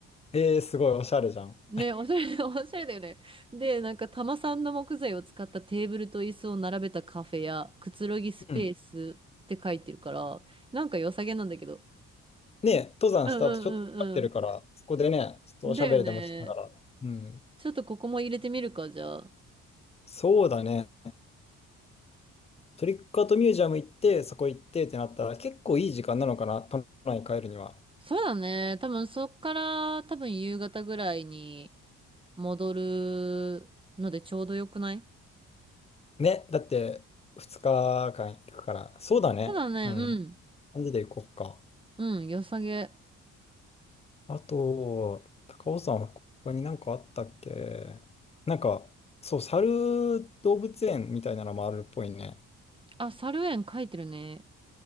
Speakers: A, on the left; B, on the right.
A: えー、すごいおしゃれじゃん。
B: ね、おしゃれ、<laughs> おしゃれだよね。で、なんか玉さんの木材を使ったテーブルと椅子を並べたカフェやくつろぎスペースって書いてるから、
A: うん。
B: なんか良さげなんだけど。
A: ね、登山した後ちょっと疲れてるから、
B: うんうんうん
A: そこでね、ちょっとおしゃべりでもしながら。
B: うん。だよね。
A: うん。
B: ちょっとここも入れてみるか、じゃあ。
A: そうだね。トリックアートミュージアム行って、そこ行ってってなったら、結構いい時間なのかな、都内に帰るには。
B: そうだね。多分そっから多分夕方ぐらいに戻るのでちょうどよくない
A: ね、だって2日間行くから。そうだね。
B: そうだね。
A: うん。
B: うん。
A: 感じで行こうか。
B: うん。良さげ。
A: あと、高尾さん、他になんかあったっけなんか、そう、猿動物園みたいなのもあるっぽいね。
B: あ、猿園書いてるね。